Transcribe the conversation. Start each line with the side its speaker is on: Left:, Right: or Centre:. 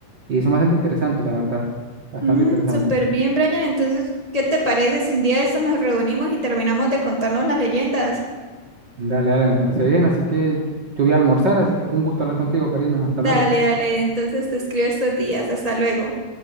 Right: Y son bastante interesantes, la verdad. Bastante
Left: Mm,
Right: interesantes.
Left: súper bien, Brian. Entonces, ¿qué te parece si un día de estos nos reunimos y terminamos de contarnos las leyendas?
Right: Dale, dale, me parece bien. Así que yo voy a almorzar, así que fue un gusto hablar contigo, Karina. Hasta
Left: Dale,
Right: luego.
Left: dale. Entonces te escribo estos días. Hasta luego.